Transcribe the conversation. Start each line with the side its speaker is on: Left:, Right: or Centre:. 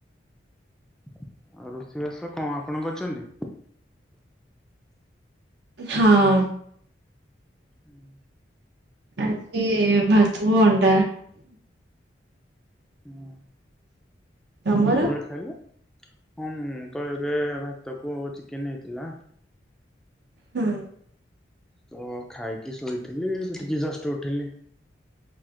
Centre: ଆଉ ରୋଷେଇ ବାସ କଣ ଆପଣ କରିଚନ୍ତି।
Right: ହଁ।
Centre: ହୁଁ
Right: ଆଜି ଭାତବୁ ଅଣ୍ଡା।
Centre: ହୁଁ।
Right: ତମର?
Centre: କେତେବେଳେ ଖାଇଲେ ହଁ ମୁଁ ତ ଏବେ ଭାତ କୁ ଚିକେନ ହେଇଥିଲା।
Right: ହୁଁ।
Centre: ତ ଖାଇକି ଶୋଇଥିଲି ଟିକେ ଜଷ୍ଟ ଉଠିଲି।